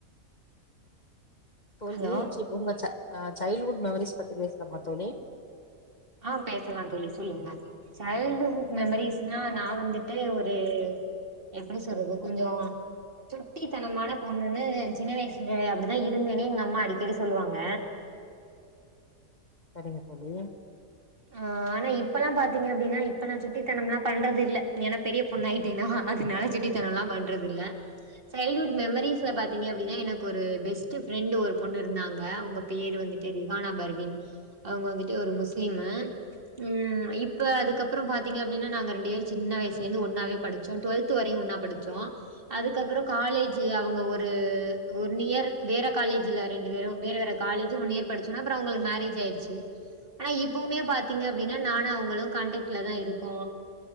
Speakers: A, on the left; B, on the right.
A: தோழி
B: ஹலோ
A: உங் ச் உங்க ச சைல்டடுஹுட் மெமரிஸ் பத்தி பேசலாமா தோழி
B: ஆ பேசலாம் சொல்லி தோழி சொல்லுங்க சைல்டுஹுட் மெமரிஸ்னா நா வந்துட்டு ஒரு எப்டி சொல்றது கொஞ்சோம் சுட்டித்தனமான பொண்ணுன்னு சின்ன வயசுல அப்டிதா இருந்தேன்னே எங்க அம்மா அடிக்கடி சொல்லுவாங்க
A: சரிங்க தோழி
B: ஆ ஆனா இப்பெல்லாம் பாத்தீங்கன்னா அப்டினா இப்ப நா சுட்டித்தனம்லாம் பண்றது இல்ல ஏன்னா பெரிய பொண்ண ஆய்ட்டேனா அதுனால சுட்டித்தனம் எல்லாம் பண்றது இல்ல சைல்டுஹுட் மெம்மரிஸ்ல பாத்தீங்க அப்டின்னா எனக்கு ஒரு பெஸ்ட்டு ஃப்ரெண்ட் ஒரு பொண்ணு இருந்தாங்க அவ்ங்க பேரு வந்துட்டு ரிஹானா பர்வின் அவ்க வந்துட்டு ஒரு முஸ்லிமு ம் இப்ப அதுக்கப்புற பாத்தீங்க அப்புடின்னா நாங்க ரெண்டு வேறு சின்ன வய்சுலேந்து ஒன்னாவே படு சோ டுவல்த்து வரையு ஒன்னா படுச்சோ அதுக்கப்புற காலேஜு அவ்ங்க ஒரு ஒரு நியர் வேற காலேஜ்ல ரெண்டு பேரு வேற வேற காலேஜு ஒன் இயர் படுச்சோன அப்புற அவுங்களுக்கு மேரேஜ் ஆயிட்ச்சு ஆனா இப்பவுமே பாத்தீங்க அப்டினா நானு அவுங்களு காண்டடேக்ட்லதா இருக்கோ